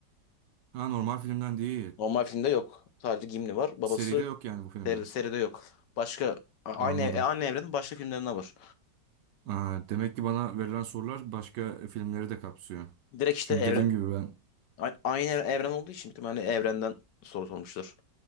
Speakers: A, on the right; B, on the left.
A: Ha, normal filmden değil.
B: Normal filmde yok. Sadece Gimli var. Babası
A: Seride yok yani bu filmler.
B: seri, seride yok. Başka a- aynı
A: Anladım.
B: e, aynı evrenin başka filmlerinde var.
A: Ha, demek ki bana verilen sorular başka filmleri de kapsıyor.
B: Direkt işte
A: Çünkü
B: evren,
A: dediğim gibi ben
B: A- Aynı evren olduğu için bir tane evrenden soru sormuştur.